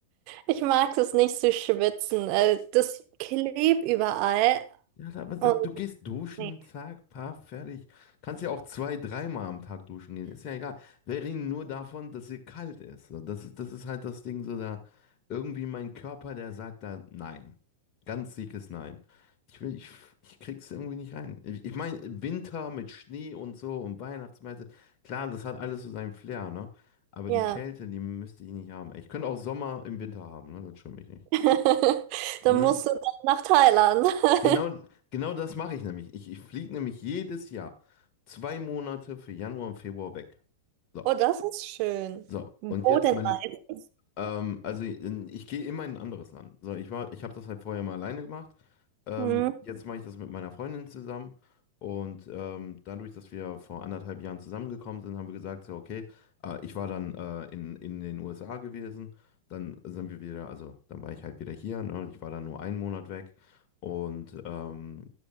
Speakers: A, on the right (about 45°); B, on the left (about 40°).
A: Ich mag es nicht zu schwitzen. Äh, Das klebt überall.
B: Ja, aber da-
A: Und
B: du gehst duschen,
A: nee.
B: zack, paar, fertig. Kannst ja auch zwei, dreimal am Tag duschen gehen. Ist ja egal. Wir reden nur davon, dass hier kalt ist. So, das ist, das ist halt das Ding, so da irgendwie mein Körper, der sagt da nein. Ganz dickes Nein. Ich will, ich, ich krieg's irgendwie nicht rein. Ich, ich meine, Winter mit Schnee und so und Weihnachtsmärkte, klar, das hat alles so seinen Flair, ne? Aber
A: Ja.
B: die Kälte, die müsste ich nicht haben. Ich könnte auch Sommer im Winter haben, ne? Das stört mich nicht.
A: <laughs> Dann
B: Ne?
A: musst du dann nach Thailand.
B: Genau,
A: <laughs>
B: genau das mache ich nämlich. Ich, ich fliege nämlich jedes Jahr zwei Monate für Januar und Februar weg. So,
A: Oh, das ist schön.
B: so. Und
A: Wo
B: jetzt
A: denn
B: mein,
A: meistens?
B: ähm, also ich, ich gehe immer in ein anderes Land. So, ich war, ich habe das halt vorher mal alleine gemacht. Ähm,
A: Mhm.
B: jetzt mache ich das mit meiner Freundin zusammen. Und ähm, dadurch, dass wir vor anderthalb Jahren zusammengekommen sind, haben wir gesagt, so, okay, äh, ich war dann äh, in, in den USA gewesen. Dann sind wir wieder, also dann war ich halt wieder hier. Ne? Ich war dann nur einen Monat weg. Und ähm,